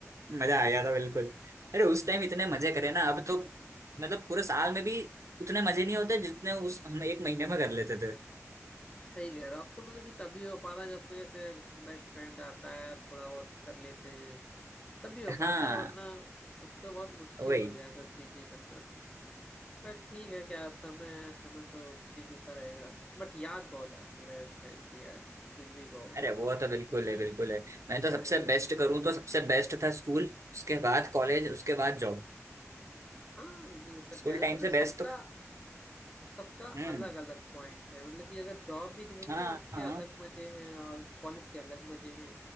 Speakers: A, on the right; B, on the left.
A: मजा आ गया था बिल्कुल अरे उस टाइम इतने मजे करे ना अब तो मतलब पूरे साल में भी उतने मजे नहीं होते जितने उस हम एक महीने में कर लेते थे
B: सही कह रहे हो अब तो मतलब कि तभी हो पा रहा है जब कोई ऐसे बेस्ट फ्रेंड आता है थोड़ा बहुत कर लेते हैं तब भी हो पाता
A: हाँ
B: है वरना अब तो बहुत मुश्किल
A: वही
B: हो गया है सब चीजें करना बट ठीक है क्या समय है समय तो चेंज होता रहेगा बट याद बहुत आती है भाई उस टाइम की यार कुछ भी कहो
A: अरे वो तो बिल्कुल
B: क्योंकि
A: है बिल्कुल है मैं तो
B: हाँ
A: सबसे
B: यार
A: बेस्ट करूँ तो सबसे बेस्ट था स्कूल उसके बाद कॉलेज उसके बाद जॉब
B: हाँ ये सब
A: स्कूल
B: कह
A: टाइम
B: मतलब
A: से
B: सबका
A: बेस्ट तो
B: सबका
A: हम्म
B: अलग अलग पॉइंट है मतलब कि अगर जॉब भी देखोगे
A: हाँ
B: ना उसके
A: हाँ
B: अलग मजे हैं और कॉलेज के अलग मजे हैं